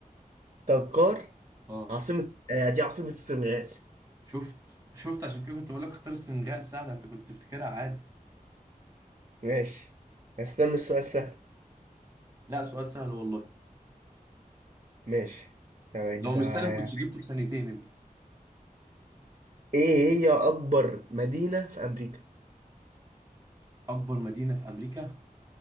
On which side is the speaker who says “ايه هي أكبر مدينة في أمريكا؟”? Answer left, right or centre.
Right